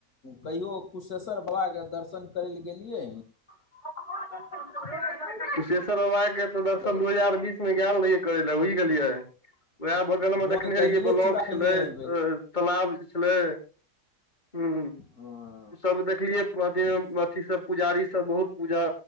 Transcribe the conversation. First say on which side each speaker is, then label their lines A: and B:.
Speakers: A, on the left; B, on the left.
A: कहियो कुशेश्वर बाबा के दर्शन करे ले गेलियए
B: <unintelligible> कुशेश्वर बाबा के तऽ दर्शन
A: हेलो
B: दू हजार बीस मे गेल रहिये करे ले बुझि गेलियै उएह बगल
A: तऽ
B: मे
A: हुआँ
B: देखने
A: तऽ दहिए
B: रहियै ब्लॉक
A: चूड़ा
B: छलै
A: खयने हेबै
B: तालाब छलै हू
A: हँ
B: सब देखलियै अथी
A: हूँ
B: अथी सब पुजारी सब बहुत पूजा